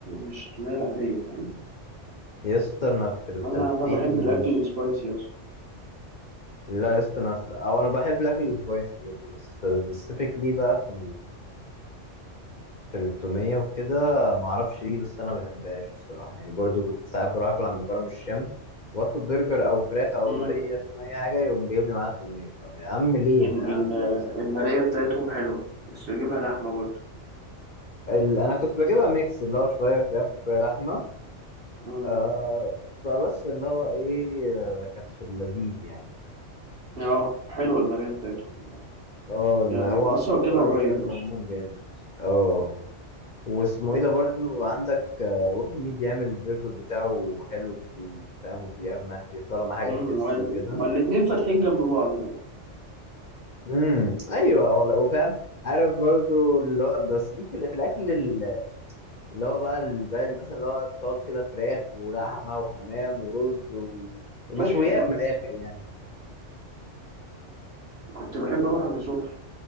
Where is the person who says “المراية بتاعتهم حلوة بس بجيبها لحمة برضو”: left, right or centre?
Right